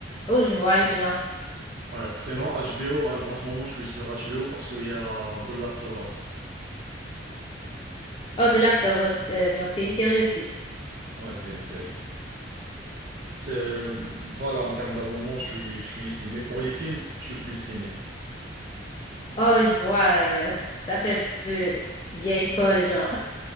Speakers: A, on the left; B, on the right.
A: Oh, je vois le genre.
B: Ouais, sinon, HBO, hein, en ce moment, je suis sur HBO parce qu'il y a The Last of Us.
A: Oh, The Last of Us, euh, donc c'est une série aussi.
B: Ouais, c'est une série. C'est, voilà, en termes d'abonnement, je suis, je suis ici. Mais pour les films, je suis plus ciné.
A: Oh, je vois, euh, <laughs> ça fait un petit peu vieille école, genre.